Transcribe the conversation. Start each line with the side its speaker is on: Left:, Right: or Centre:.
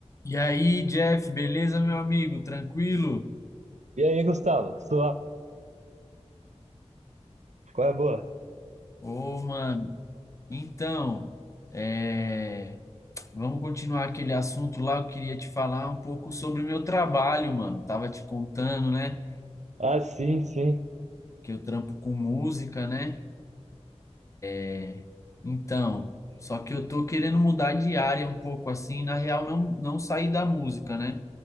Left: E aí, Jeff, beleza, meu amigo? Tranquilo?
Right: E aí, Gustavo? Sua... Qual é a boa?
Left: Ô, mano, então, é, vamos continuar aquele assunto lá. Eu queria te falar um pouco sobre o meu trabalho, mano. Tava te contando, né,
Right: Ah, sim, sim.
Left: que eu trampo com música, né? É, Então, só que eu tô querendo mudar de área um pouco assim, na real, não, não sair da música, né?